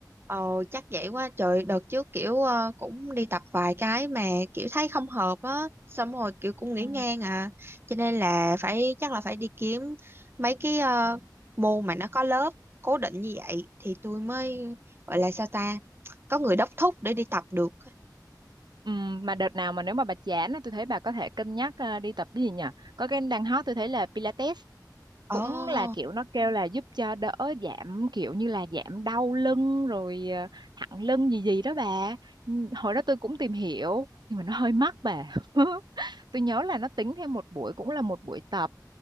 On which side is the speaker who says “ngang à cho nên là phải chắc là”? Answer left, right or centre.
Right